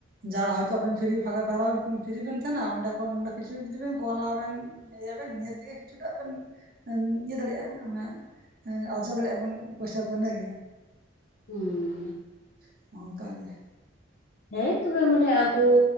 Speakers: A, on the right (about 45°); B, on the left (about 50°).
A: ᱡᱟᱦᱟᱸ ᱦᱚᱭᱛᱳ ᱟᱵᱮᱱ ᱯᱷᱤᱨᱤ ᱯᱟᱭᱨᱟ ᱯᱷᱤᱨᱤ ᱵᱮᱱ ᱛᱟᱦᱮᱱᱟ ᱚᱸᱰᱮ ᱠᱷᱚᱱ ᱠᱤᱪᱷᱩ ᱡᱩᱫᱤ ᱵᱮᱱ ᱠᱚᱞᱟ ᱵᱮᱱ ᱤᱭᱟᱹᱵᱮᱱ ᱱᱤᱭᱟᱹ ᱛᱮᱜᱮ ᱠᱤᱪᱷᱩᱴᱟ ᱵᱮᱱ ᱤᱭᱟᱹ ᱫᱟᱲᱮᱭᱟᱜᱼᱟ ᱚᱱᱟ ᱮᱸ ᱟᱨᱡᱟᱣ ᱫᱟᱲᱮᱭᱟᱜᱼᱟ ᱵᱚᱱ ᱯᱚᱭᱥᱟ ᱠᱚ ᱤᱱᱟᱹᱜᱮ
B: ᱦᱩᱸ <unintelligible>
A: <unintelligible> ᱚᱱᱠᱟᱜ ᱜᱮ
B: ᱦᱮᱸ ᱛᱚᱵᱮ ᱢᱟᱱᱮ ᱟᱵᱚ